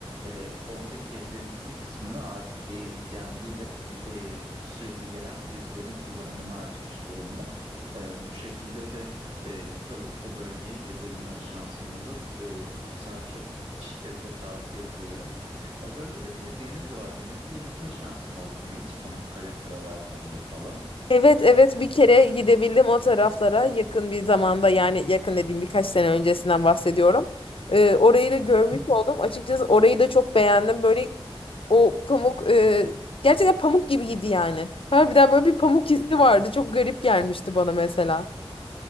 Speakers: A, on the right (about 75°); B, on the left (about 60°).
A: e, oradaki evlerin bir kısmını artık Airbnb ile e, sürekli gelen turistlerin kullanımına açmış durumda. E, bu şekilde de e, kalıp o bölgeyi gezebilme şansın olur. E, sana çok şiddetle tavsiye ediyorum. O bölgede bir de Denizli var. Denizli'ye gitme şansın oldu mu hiç? Pamukkale travertenleri falan.
B: Evet evet bir kere gidebildim o taraflara yakın bir zamanda yani yakın dediğim birkaç sene öncesinden bahsediyorum. Ee, orayı da görmüş
A: Hı hı.
B: oldum. Açıkçası orayı da çok beğendim. Böyle o pamuk e, gerçekten pamuk gibiydi yani. Harbiden böyle bir pamuk hissi vardı. Çok garip gelmişti bana mesela.